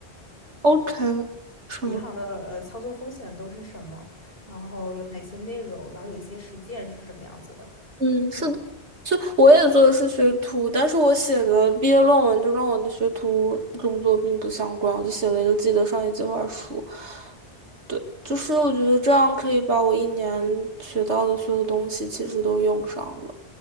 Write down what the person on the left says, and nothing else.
银行的呃操作风险都是什么，然后有哪些内容，然后有一些实践是什么样子的。
嗯，